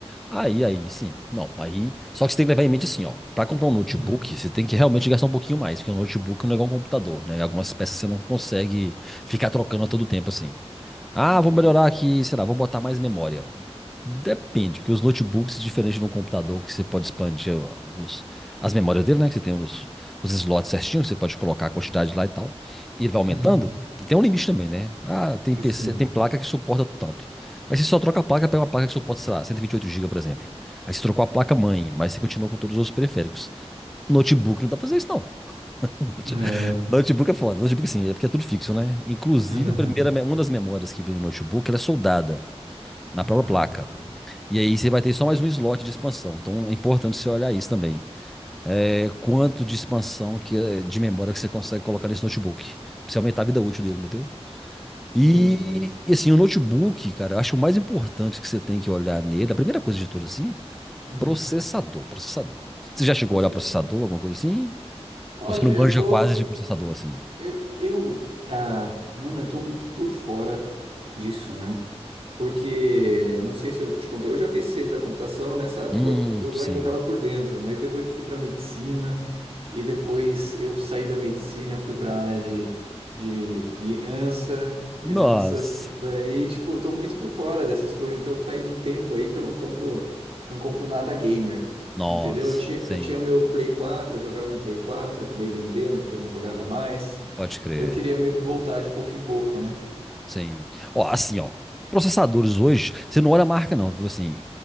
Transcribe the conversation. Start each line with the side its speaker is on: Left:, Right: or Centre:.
Centre: Aí, aí, sim. Não, aí. Só que você tem que levar em mente assim, ó. Pra comprar um notebook,
Right: Hum,
Centre: você tem que realmente gastar um pouquinho mais, porque um notebook não é igual um computador, né? Algumas peças você não consegue ficar trocando a todo tempo, assim. Ah,
Right: Entendi.
Centre: vou melhorar aqui, sei lá, vou botar mais memória. Depende, porque os notebooks, é diferente de um computador, que você pode expandir os- as memórias dele, né? Que você tem os, os slots certinhos, você pode colocar a quantidade lá e tal. E ele vai aumentando.
Right: hum,
Centre: E tem um limite também, né? Ah, tem PC,
Right: sim,
Centre: tem placa que suporta tanto. Mas você só troca a placa, pega uma placa que suporta, sei lá, 128 GB, por exemplo. Aí você trocou a placa mãe, mas você continua com todos os outros periféricos. Notebook não dá pra fazer isso, não. <laughs>
Right: é, né?
Centre: Notebook é foda. Notebook sim, é porque é tudo fixo, né? Inclusive,
Right: Aham.
Centre: a primeira, me- uma das memórias que vem no notebook, ela é soldada na própria
Right: Ah,
Centre: placa. E aí você vai ter só mais um slot de expansão. Então é importante você olhar isso também. É, quanto de expansão que, é, de memória que você consegue colocar nesse notebook. Pra você aumentar a vida útil dele, entendeu?
Right: Entendi.
Centre: E, e, assim, o notebook, cara, eu acho o mais importante que você tem que olhar nele, a primeira coisa de tudo assim,
Right: Hum.
Centre: processador, processador. Você já chegou
Right: Você
Centre: a olhar processador,
Right: também.
Centre: alguma coisa assim?
Right: Olha,
Centre: Ou você não manja
Right: eu tô.
Centre: quase de processador assim?
Right: Eu, eu, ah, mano, eu tô muito por fora disso, né? Porque, não sei se eu te contei, eu já fiz ciência da computação, nessa época
Centre: Hum,
Right: eu, eu
Centre: sim.
Right: ainda estava por dentro, mas depois eu fui para medicina, e depois eu saí da medicina, fui para a área de, de fiança,
Centre: Nossa,
Right: finanças, daí, tipo, eu tô muito por fora dessas coisas, então faz um tempo aí que eu não compro, não compro nada gamer,
Centre: nossa,
Right: entendeu? Eu tinha,
Centre: sim,
Right: eu tinha meu Play 4, eu jogava no Play 4, acabei vendendo porque eu não jogava mais,
Centre: pode crer,
Right: daí eu queria meio que voltar de pouco em pouco, né?
Centre: sim. Ó, assim, ó, processadores hoje, você não olha a marca não, viu, assim.